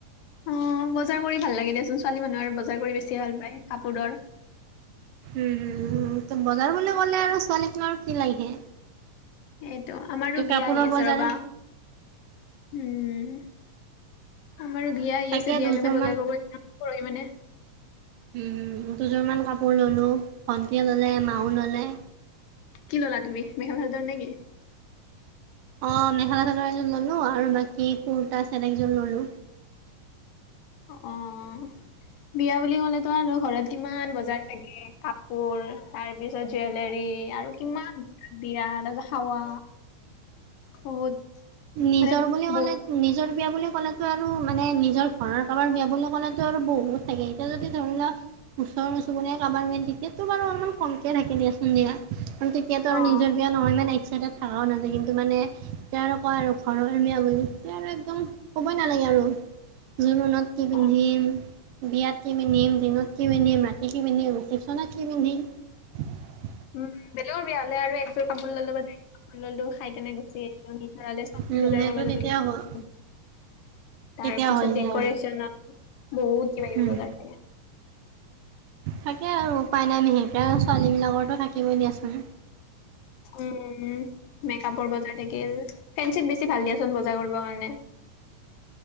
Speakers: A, on the left; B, on the right.
A: অ', বজাৰ কৰি ভাল লাগে দেচুন ছোৱালী মানুহ আৰু বজাৰ কৰি বেছি ভাল পায় কাপোৰৰ।
B: উম'-উম', বজাৰ বুলি কলে আৰু ছোৱালীক নোঁ আৰু কি লাগে?
A: এইটো আমাৰো
B: ত কাপোৰৰ
A: বিয়া আহি আছে
B: বজাৰ
A: ৰবা। উম'। আমাৰো বিয়া আহি
B: তাকে
A: আছে, বিয়াৰ
B: দুযোৰ
A: কাৰণে বজাৰ কৰিব <unintelligible> পৰিমাণে।
B: হুম', দুযোৰমান কাপোৰ ললো, ভণ্টিয়ে ল'লে, মাও ল'লে।
A: কি ল'লা তুমি, মেখেলা চাদৰ নেকি?
B: অ', মেখেলা চাদৰ এযোৰ ললো আৰু বাকী কুৰ্তা ছেট একযোৰ ললো।
A: অ'। বিয়া বুলি ক'লেতো আৰু ঘৰত কিমান বজাৰ থাকে কাপোৰ, তাৰ পিছত জুৱেলৰী আৰু কিমান দিয়া <unintelligible> খাৱা, বহুত
B: নিজৰ
A: মানে
B: বুলি ক'লে
A: বহুত
B: নিজৰ বিয়া বুলি কলাতো আৰু মানে নিজৰ ঘৰৰ কাৰবাৰ বিয়া বুলি কলাতো আৰু বহুত থাকে এতিয়া যদি ধৰি লোৱা ওচৰ চুবুৰীয়া কাবাৰ টিকেটটো বাৰু অলপমান কমকে থাকে দিয়াচোন দিয়া। তেতিয়াত আৰু
A: অ',
B: নিজৰ বিয়া নহয়, ইমান এক্সাইটেড থকাও নালাগে কিন্তু মানে কয় আৰু ঘৰৰ এমিয়া বুলি তেতিয়া আৰু একদম ক'বই নালাগে আৰু। জোৰনত কি পিন্ধিম?
A: অ'।
B: বিয়াত কি পিন্ধিম, দিনত কি পিন্ধিম, ৰাতি কি পিন্ধিম, ৰিচেপ্যনত কি পিন্ধিম?
A: উম', বেলেগৰ বিয়া হলে আৰু একযোৰ কাপোৰ ললো বাযোৰ কাপোৰ ললো খাই কেনে গুচি <unintelligible> নলে চবজি
B: উম,
A: বজাৰ
B: সেইটো
A: কৰিব
B: তেতিয়া
A: যাব <unintelligible>
B: হয় তেতিয়া
A: তাৰ পিছত
B: হৈ যায়
A: ডেক'ৰেচন
B: আৰু
A: বহুত কিবা কিবি
B: উম
A: বজাৰ থাকে।
B: থাকে আৰু উপায় নাই বিহেকে আৰু ছোৱালীবিলাকৰ টো থাকিবই দিয়াচোন।
A: উম', মেকাপৰ বজাৰ থাকিল, ফেঞ্চিত বেছি ভাল দিয়াচোন বজাৰ কৰিব কাৰণে।